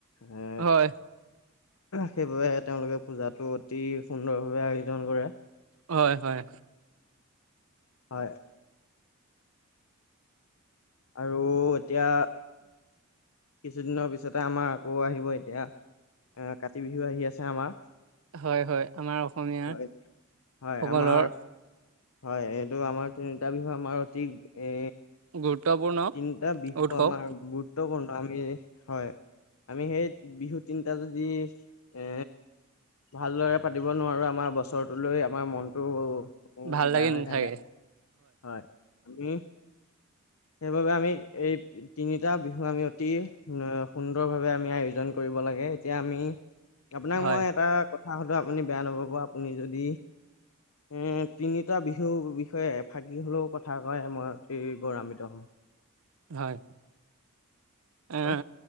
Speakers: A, on the left; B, on the right.
A: এ
B: হয়
A: সেইবাবে তেওঁলোকে পূজাটো অতি সুন্দৰভাৱে আয়োজন কৰে।
B: হয়- হয়।
A: হয়। আৰু এতিয়া কিছুদিনৰ পিছতে আমাৰ আকৌ আহিব এতিয়া, এ কাতি বিহু আহি আছে আমাৰ।
B: হয় হয় আমাৰ অসমীয়া
A: হয়-হয়,
B: সকলৰ
A: আমাৰ হয়, এইটো আমাৰ তিনিটা বিহু আমাৰ অতি এ
B: গুৰুত্বপূৰ্ণ।
A: তিনিটা বিহু
B: উৎসৱ
A: আমাৰ গুৰুত্বপূৰ্ণ আমি, হয়। আমি সেই বিহু তিনিটা যদি এ ভালদৰে পাতিব নোৱাৰোঁ, আমাৰ বছৰটো লৈ আমাৰ মনটো উম,
B: ভাল লাগি
A: বেয়া হৈ
B: নাথাকে
A: থাকে, হয়, আমি সেইবাবে আমি এই তিনিটা বিহু আমি অতি অ সুন্দৰভাৱে আমি আয়োজন কৰিব লাগে, এতিয়া আমি আপোনাক
B: হয়
A: মই এটা কথা সুধো, আপুনি বেয়া নাপাব আপুনি যদি উম, তিনিটা বিহুৰ বিষয়ে এফাকি হ'লেও কথা কয় মই অতি গৌৰাম্বিত <inaudible>
B: হয়,
A: হেল্ল'
B: এ